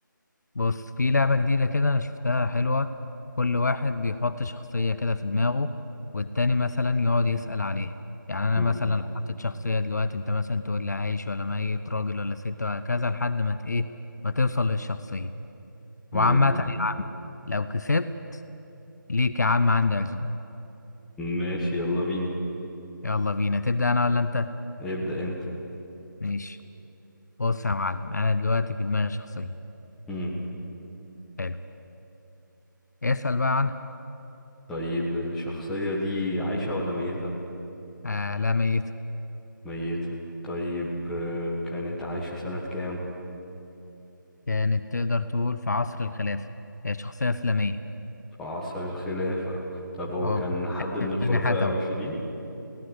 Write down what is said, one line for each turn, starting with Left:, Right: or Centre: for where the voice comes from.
Left: بص في لعبة جديدة كده انا شفتها حلوة كل واحد بيحط شخصية كده في دماغه والتاني مثلا يقعد يسأل عليها يعني انا
Centre: مم.
Left: مثلا لو حطيت شخصية دلوقتي انت مثلا تقول لي عايش ولا ميت راجل ولا ست وهكذا لحد ما ت- ايه ما توصل للشخصية
Centre: ماشي
Left: وعامة يا عم لو كسبت ليك يا عم عندي عزومة
Centre: ماشي يلا بينا
Left: يلا بينا تبدأ انا ولا انت
Centre: ابدأ انت
Left: ماشي بص يا معلم انا دلوقتي في دماغي شخصيه
Centre: مم.
Left: حلو اسال بقى عنها
Centre: طيب الشخصية دي عايشة ولا ميتة
Left: آه لا ميت
Centre: ميتة طيب آه، كانت عايشة سنة كام
Left: كانت تقدر تقول في عصر الخلافه هي شخصيه اسلاميه
Centre: في عصر الخلافة طب هو
Left: هو
Centre: كان حد من الخلفاء
Left: حتى
Centre: الراشدين
Left: أهو.